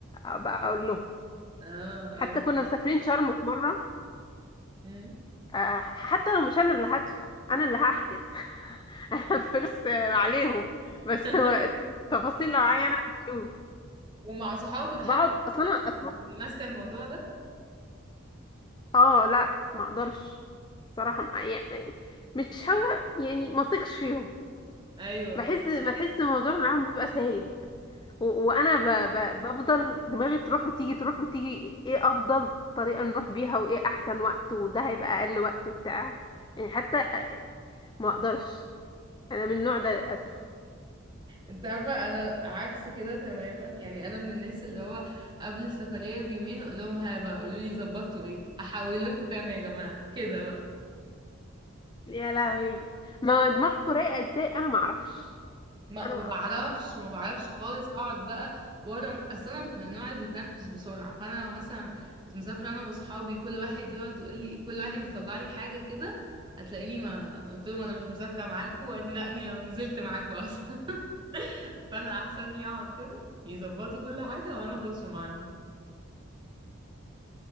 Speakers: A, on the left; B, on the right.
A: ابقى اقول لهم
B: اه
A: حتى
B: ايوه
A: كنا مسافرين شرم في مره
B: مم.
A: آه، حتى لو مش انا اللي هدفع انا اللي هحجز <laughs> انا الفلوس آه، عليهم بس
B: <laughs>
A: هو التفاصيل لو معايا انا اللي اشوف
B: ومع صحابك
A: بقعد
B: حتى
A: اصلا انا
B: بتبقي ماسكة الموضوع ده
A: اه لا ما اقدرش صراحة ما- يعني مش ها يعني ما اثقش فيهم
B: ايوه
A: بحس بحس الموضوع معاهم بيبقى سايب و- وانا ب ب بفضل دماغي تروح وتيجي تروح وتيجي ايه افضل طريقة نروح بيها وايه احسن وقت وده هيبقى اقل وقت وبتاع يعني حتى ما اقدرش انا من النوع ده للاسف
B: انت عارفة انا عكس كده تماما يعني انا من الناس اللي هو قبل السفرية بيومين اقول لهم ها بقى قولوا لي ظبطتوا ايه احول لكم كام يا جماعة كده بقى
A: يا لهوي ما دماغكوا رايقة ازاي انا ما اعرفش
B: ما
A: انا
B: ما
A: ما
B: بعرفش
A: اعرفش
B: ما بعرفش خالص اقعد بقى ورا اصل انا من النوع اللي بيتنرفز بسرعة فانا لو مثلا مسافرة انا واصحابي كل واحد يقعد يقول لي كل واحد يطلع لي حاجة كده هتلاقيني ما قلت لهم انا مش مسافرة معاكم وادي دقني لو نزلت معاكم اصلا <laughs> فانا احسن لي اقعد كده يظبطوا كل حاجة وانا اخش معاهم